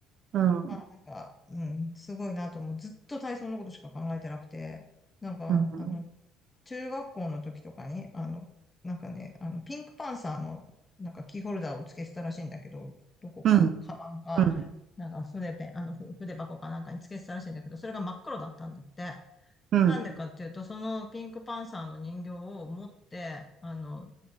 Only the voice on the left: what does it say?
まあなんか、うん、すごいなと思う。ずっと体操のことしか考えてなくて、なんか、
あの、中学校の時とかに、あの、なんかね、あの、ピンクパンサーの、なんかキーホルダーを付けてたらしいんだけど、どこか、
カバンか、
なんか筆ペン、あの、ふ筆箱かなんかに付けてたらしいんだけど、それが真っ黒だったんだって。
なんでかっていうと、そのピンクパンサーの人形を持って、あの、